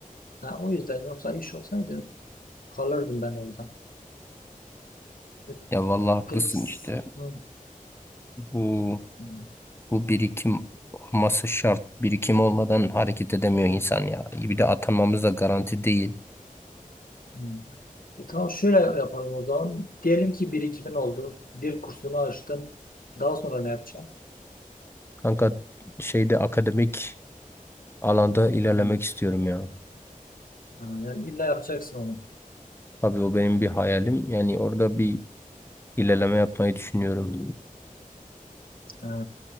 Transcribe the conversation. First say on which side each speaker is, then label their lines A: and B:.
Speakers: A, on the left; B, on the left.
A: Ha, o yüzden yoksa iş olsaydı kalırdım ben orada. E,
B: Ya vallahi haklısın
A: Peki.
B: işte.
A: Hı,
B: Bu
A: hı,
B: bu birikim olması şart. Birikim olmadan hareket edemiyor insan ya. Bir de atanmamız da garanti değil.
A: hı. E, tamam şöyle yapalım o zaman. Diyelim ki birikimin oldu. Dil kursunu açtın. Daha sonra ne yapacaksın?
B: Kanka şeyde akademik alanda ilerlemek
A: Hı.
B: istiyorum ya.
A: Ha, yani illa yapacaksın onu.
B: Abi o benim bir hayalim. Yani orada bir ilerleme yapmayı düşünüyorum.
A: Ha.